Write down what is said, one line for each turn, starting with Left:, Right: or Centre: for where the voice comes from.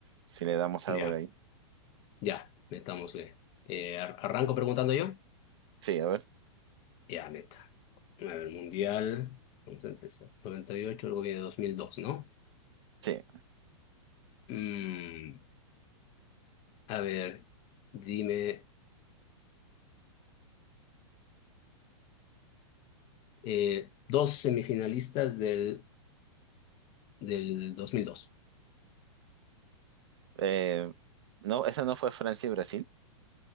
Right: si le damos
Left: Ya,
Right: algo de ahí.
Left: ya. Metámosle. Eh, ar- ¿arranco preguntando yo?
Right: Sí, a ver.
Left: Ya, meta. A ver, mundial. Vamos a empezar. noventa y ocho luego viene dos mil dos ¿no?
Right: Sí.
Left: Mm, a ver, dime. eh, dos semifinalistas del, del 2002.
Right: Eh, no, esa no fue Francia y Brasil.